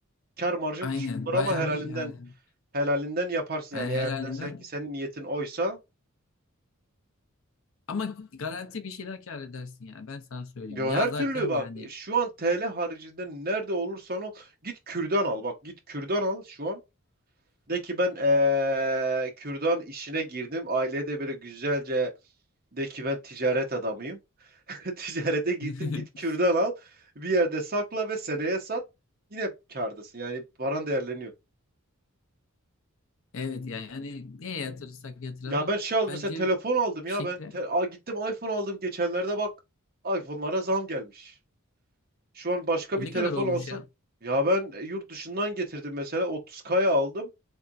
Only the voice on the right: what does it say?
Kar marjın
düşük olur
ama helalinden
helalinden yaparsın
yani eğer
desen ki senin niyetin oysa
Ya
her türlü
bak
şu an TL haricinde nerede olursan ol git kürdan al bak git kürdan al şu an de ki ben eee, kürdan işine girdim aileye de böyle güzelce de ki ben ticaret adamıyım <laughs> ticarete gittim
git kürdan al bir yerde sakla ve seneye sat yine kârdasın yani paran değerleniyor.
Ya ben şey aldım
mesela telefon aldım ya
ben te- a, gittim iPhone aldım geçenlerde bak iPhone'lara zam gelmiş. Şu an başka
bir telefon
alsam.
Ya ben e, yurt dışından getirdim mesela 30 kaya aldım.